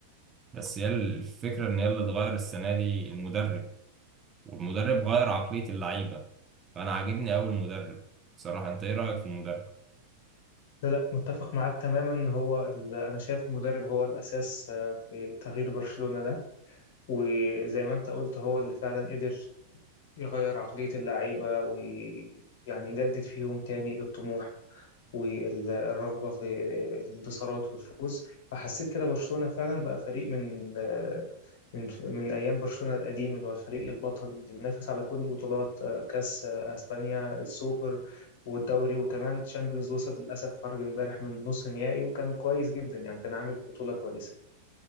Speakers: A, on the right; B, on the left.
A: بس هي الفكرة إن هي اللي اتغير السنة دي المدرب والمدرب غير عقلية اللعيبة فأنا عاجبني أوي المدرب بصراحة أنت إيه رأيك في المدرب؟
B: لا لا متفق معاك تماما هو ال- انا شايف المدرب هو الاساس آه، في تغيير برشلونة ده وزي ما انت قلت هو اللي فعلا قدر يغير عقلية اللعيبة ويعني يجدد فيهم تاني الطموح والرغبة في الانتصارات والفوز فحسيت كده برشلونة فعلا بقى فريق من آه، من من أيام برشلونة القديم اللي هو الفريق البطل اللي بينافس على كل البطولات آه، كأس آه، أسبانيا السوبر والدوري وكمان تشامبيونز وصل للأسف خرج امبارح من نص نهائي وكان كويس جدا يعني كان عامل بطولة كويسة